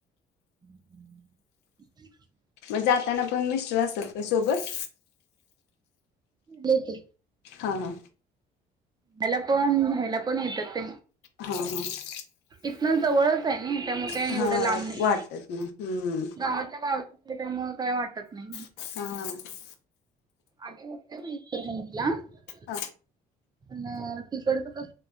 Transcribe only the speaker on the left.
मग जाताना पण मिस्टर असतात का सोबत?
हा हा!
हा हा! <unintelligible>
हा
हा
वाटत ना हम्म
आ!
हा!